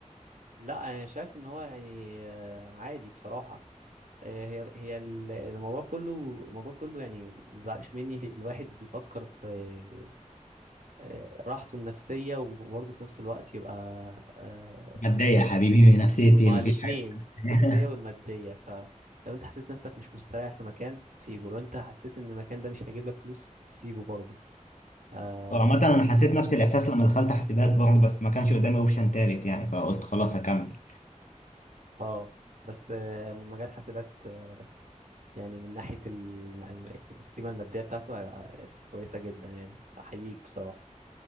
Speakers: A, on the right; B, on the left.
A: لا انا شايف ان هو يعني آه، عادي بصراحة آه، هي هي ال- الموضوع كله الموضوع كله يعني ما تزعلش مني الواحد بيفكر في آه، راحته النفسية وبرضه في نفس الوقت يبقى آه،
B: متضايق يا حبيبي <laughs> من نفسيتي
A: مع
B: مفيش
A: الاتنين
B: حاجة
A: النفسية
B: <laughs>
A: والمادية فلو انت حسيت نفسك مش مستريح في مكان سيبه لو انت حسيت ان المكان ده مش هيجيب لك فلوس سيبه برضه اه
B: وعامة أنا حسيت نفس الإحساس لما دخلت حاسبات برضه بس ما كانش قدامي أوبشن تالت يعني فقلت خلاص هكمل
A: آه. بس آه، مجال حاسبات آه، يعني من ناحية الم- القيمة المادية بتاعته آه، كويسة جدا يعني أحييك بصراحة